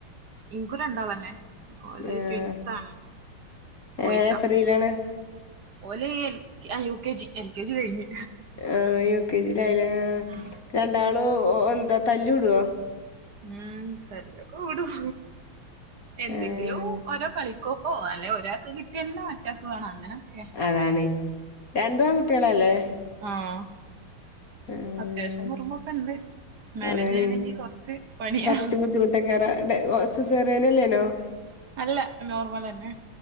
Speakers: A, on the right; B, on the left.
A: ഇൻക്കും രണ്ടാളന്നെ ഓല്
B: ഏഹ്
A: ട്വിൻസാണ് ബോയ്സാ
B: ഏഹ് എത്രയിലാണ്
A: ഓല് എൽ ആഹ് U K G L K G കഴിഞ്ഞ്
B: ആഹ് യു കെ ജി യിലായില്ലേ
A: ഉം
B: രണ്ടാളു എന്താ തല്ല് കൂടോ
A: ഉം തല്ലൊക്കെ കൂടും എന്തെങ്കിലും
B: ഏഹ്
A: ഓരോ കളി ക്കൊക്കോ അല്ലെ ഒരാക്ക് കിട്ടിയന്നെ മറ്റാക്ക് വേണം അങ്ങനെ കേ
B: അതാണ് രണ്ടും ആൺകുട്ടികളല്ലേ
A: ആഹ്
B: ഏഹ്
A: അത്യാവശ്യം കുറുമ്പൊക്കെ ഒണ്ട് മാനേജ്
B: അതാണ്
A: ചെയ്യണെങ്കി കൊറച്ച് പണിയാ
B: കൊറച്ച് ബുദ്ധിമുട്ടൊക്കേറെ ഡെ ഓ സിസേറിയനല്ലേനോ
A: അല്ല നോർമലന്നെ